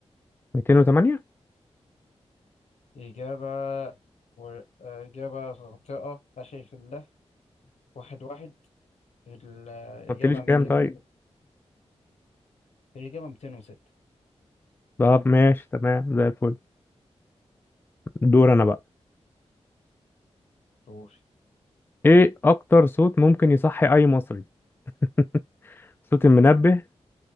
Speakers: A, on the left; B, on the left.
A: 208 ما
B: إجابة و... إجابة خاطئة أخي في الله واحد واحد الإجابة
A: قلتليش كام
B: ميتين
A: طيب
B: وستة الإجابة ميتين وستة
A: طب ماشي تمام زي الفل دور انا بقى
B: دور
A: ايه اكتر صوت ممكن يصحي اي مصري <laughs> صوت المنبه